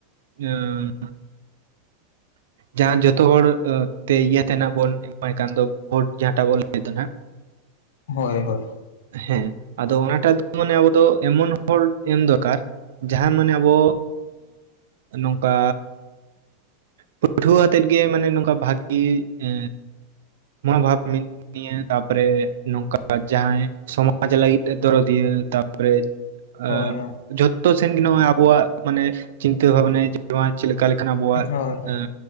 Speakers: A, on the right; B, on the left.
A: ᱩᱸ ᱡᱟᱦᱟᱸ ᱡᱚᱛᱚ ᱦᱚᱲ ᱛᱮ ᱤᱭᱟᱹᱛᱮ ᱱᱟᱜ ᱵᱚᱱ ᱮᱢᱟᱭ ᱠᱟᱱ ᱫᱚ ᱵᱷᱳᱴ ᱡᱟᱦᱟᱸᱴᱟᱜ ᱵᱚᱱ ᱞᱟᱹᱭ ᱫᱚ ᱱᱟᱦᱟᱜ
B: ᱦᱳᱭ ᱦᱳᱭ
A: ᱦᱮᱸ ᱟᱫᱚ ᱚᱱᱟᱴᱟᱜ ᱫᱚ ᱢᱟᱱᱮ ᱟᱵᱚ ᱫᱚ ᱮᱢᱚᱱ ᱦᱚᱲ ᱮᱢ ᱫᱚᱨᱠᱟᱨ ᱡᱟᱦᱟᱸ ᱢᱟᱱᱮ ᱟᱵᱚ ᱱᱚᱝᱠᱟᱼᱼ ᱯᱟᱹ <inaudible> ᱴᱷᱩᱣᱟᱹ ᱟᱛᱮᱫ ᱜᱮ ᱢᱟᱱᱮ ᱱᱚᱝᱠᱟ ᱵᱷᱟᱜᱤ ᱮ ᱢᱚᱱᱚᱵᱷᱟᱵᱽ ᱢᱤᱫ ᱱᱤᱭᱟᱹ ᱛᱟᱯᱚᱨᱮ ᱱᱚᱝᱠᱟ ᱡᱟᱦᱟᱸᱭ, ᱥᱚᱢᱟᱡᱽ ᱞᱟᱹᱜᱤᱫ ᱛᱮ ᱫᱚᱨᱚᱫᱤᱭᱟᱹ᱾ ᱛᱟᱯᱚᱨᱮ ᱟᱹᱜ
B: ᱦᱳᱭ
A: ᱡᱷᱚᱛᱚ ᱥᱮᱱ ᱜᱮ ᱱᱚᱜᱼᱚᱭ ᱟᱹᱵᱩᱣᱟᱜ ᱢᱟᱱᱮ ᱪᱤᱱᱛᱟᱹ ᱵᱷᱟᱵᱽᱱᱮᱡᱽ ᱱᱚᱣᱟ ᱪᱮᱫ ᱞᱮᱠᱟ ᱞᱮᱠᱷᱟᱱ ᱟᱹᱵᱩᱣᱟᱜ
B: ᱦᱳᱭ
A: ᱮᱸ